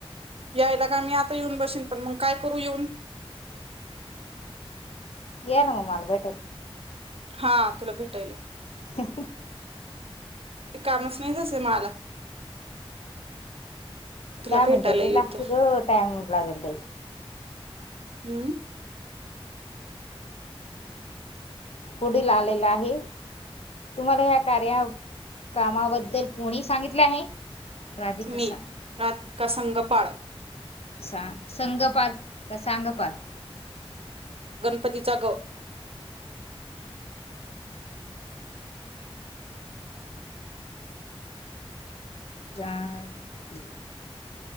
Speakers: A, on the right; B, on the left.
A: यायला का मी आता येऊन बसेन पण मग काय करू येऊन.
B: येन मला भेटायला.
A: हा तुला भेटायला.
B: हम्म हं.
A: काही कामच नाही तसे मला. तुला
B: दहा
A: भेटायला
B: मिनट लय
A: येऊ
B: लागतंय
A: तर
B: ग टाईम लागेल ते.
A: हम्म.
B: पुढीलील आलेला आहे. तुम्हाला या कार्या कामाबद्दल कोणी सांगितले आहे? राधिका
A: मी
B: सांग
A: राधिका संघपाळ.
B: सा संगपाल का सांगाल.
A: पतीचाग.
B: रा ती